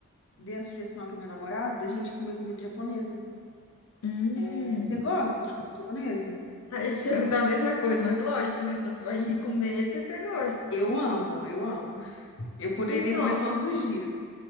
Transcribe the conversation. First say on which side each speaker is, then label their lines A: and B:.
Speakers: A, on the left; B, on the left.
A: dei a sugestão aqui ao meu namorado da gente comer comida japonesa.
B: Hum.
A: É, você gosta de comida japonesa?
B: Aí Eu te perguntar a mesma coisa, mas lógico, né? Se você vai ir comer, é porque você gosta.
A: Eu amo, eu amo. Eu poderia
B: Então,
A: comer todos os dias.